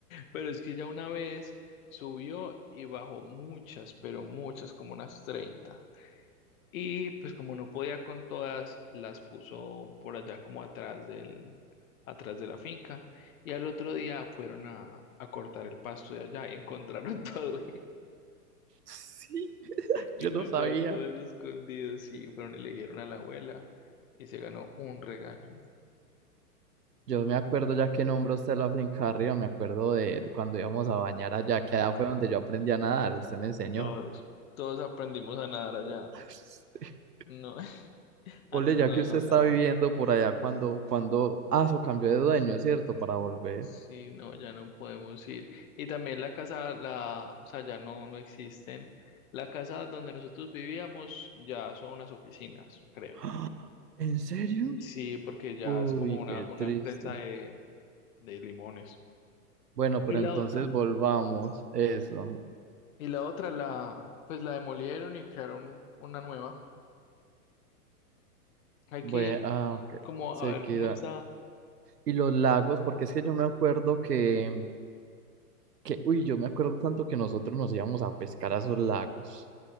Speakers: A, on the left; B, on the right.
A: Pero es que ya una vez subió y bajó muchas, pero muchas, como unas treinta Y pues como no podía con todas, las puso por allá como atrás del, atrás de la finca. Y al otro día fueron a, a cortar el pasto de allá y encontraron <laughs> todo
B: Sí,
A: Encontraron
B: yo no sabía.
A: todo eso escondido, sí, fueron y le dijeron a la abuela y se ganó un regaño.
B: Yo me acuerdo, ya que nombró usted la finca arriba, me acuerdo de de cuando íbamos a bañar allá, que allá fue donde yo aprendí a nadar, usted me enseñó.
A: Todos, todos aprendimos a nadar allá.
B: <laughs>
A: No, <laughs> antes
B: Ole, ya
A: no
B: que
A: nos
B: usted
A: ahogábamos.
B: está viviendo por allá, cuando, cuando, ah, eso cambió de dueño, ¿cierto? Para volver.
A: Sí, no, ya no podemos ir. Y también la casa, la, o sea, ya no, no existen. La casa donde nosotros vivíamos ya son unas oficinas, creo.
B: <gasps> ¿En serio?
A: Sí, porque ya
B: Uy,
A: es como una,
B: qué
A: una
B: triste.
A: empresa de, de limones.
B: Bueno, pero
A: Y la
B: entonces
A: otra,
B: volvamos. Eso.
A: y la otra la, pues la demolieron y crearon una nueva. Hay
B: Bueno,
A: que ir.
B: ah, ok.
A: como
B: Sequía.
A: a ver cómo está.
B: Y los lagos, porque es que yo me acuerdo que, que, uy, yo me acuerdo tanto que nosotros nos íbamos a pescar a esos lagos.